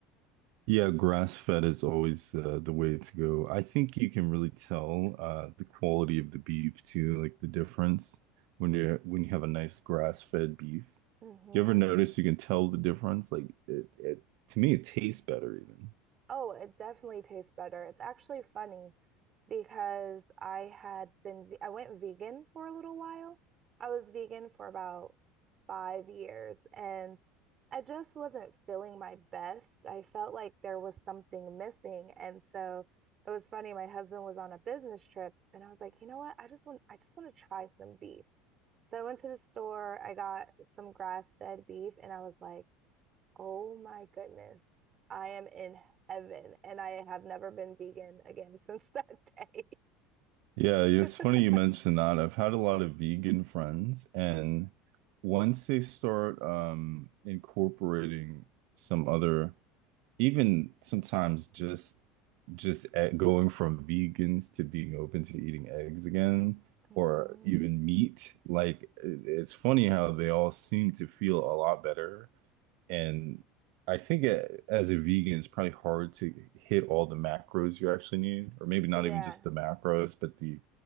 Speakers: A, on the right; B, on the right.
A: Yeah, grass-fed is always uh, the way to go. I think you can really tell uh, the quality of the beef too, like the difference when you when you have a nice grass-fed beef.
B: hmm
A: You ever notice you can tell the difference? Like it, it to me, it tastes better even.
B: Oh, it definitely tastes better. It's actually funny because I had been, I went vegan for a little while. I was vegan for about five years and I just wasn't feeling my best. I felt like there was something missing. And so it was funny. My husband was on a business trip and I was like, you know what? I just want, I just want to try some beef. So I went to the store, I got some grass-fed beef and I was like, Oh my goodness. I am in heaven and I have never been vegan again <laughs> since that day.
A: Yeah, yeah,
B: <laughs>
A: it's funny you mentioned that. I've had a lot of vegan friends, and once they start um, incorporating some other even sometimes just just at going from vegans to being open to eating eggs again
B: hmm
A: or even meat like it- it's funny how they all seem to feel a lot better and I think a- as a vegan it's probably hard to hit all the macros you actually need or maybe not
B: Yeah.
A: even just the macros but the